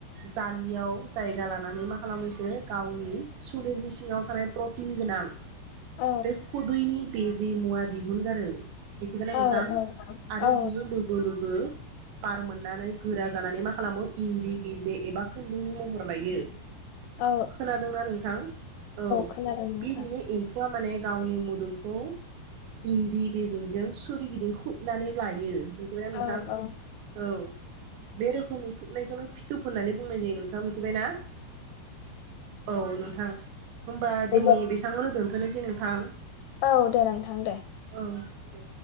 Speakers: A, on the right; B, on the left.
A: जालियाव जायगा लानानै मा खालामो बिसोरो गावनि सलेरनि सिङाव थानाय प्रटिन गोनां
B: औ
A: बे खुदैनि बेजे मुवा दिहुनगारो बेखिबायना
B: औ
A: नोंथां
B: औ
A: आरो
B: औ
A: बियो लोगो लोगो बार मोननानै गोरा जानानै खालामो इन्दि बिजे एबा खुन्दुंनि। महर लायो।
B: औ
A: खोनादोंना नोंथां औ
B: खोनादों नोंथां
A: बिदिनो एम्फौआ माने गावनि मोदोमखौ। इन्दि बेजेेंजों सोररिगिदिं खुबनानै लायो। मिथिबाय ना नोंथां
B: औ औ
A: औ बे रोखोमनि। नायखौनो फिथोब होननानै बुंनाय जायो। दा मिथिबायना। औ नोंथां होनबा
B: औ
A: दिनै बेसेबांआवनो दोनथनोसै नोंथां
B: औ दे नोंथां दे
A: औ। दे।